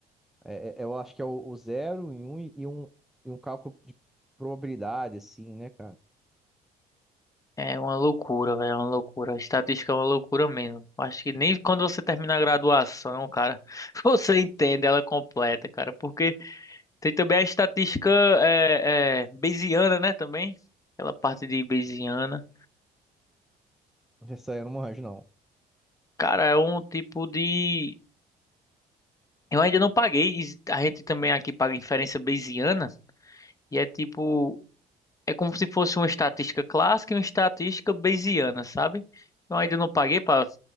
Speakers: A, in the centre; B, on the left (about 20°).
A: é- é- eu acho que é o, o 0 e 1 e e um, e um cálculo de probabilidade, assim, né, cara?
B: É uma loucura, velho, é uma loucura. A estatística é uma loucura mesmo. Acho que nem quando você termina a graduação, cara, <laughs> você entende ela completa, cara. Porque tem também a estatística é, é, Bayesiana, né, também. Aquela parte de Bayesiana.
A: Essa aí eu não manjo, não.
B: Cara, é um tipo de... Eu ainda não paguei. A gente também aqui paga inferência Bayesiana. E é tipo... É como se fosse uma estatística clássica e uma estatística bayesiana, sabe? Eu ainda não paguei para